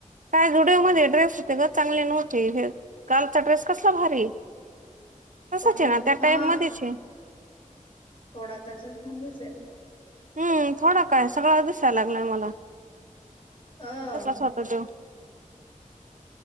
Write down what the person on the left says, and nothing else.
कोणता
हा
थोडा त्याच्या झालीच
अ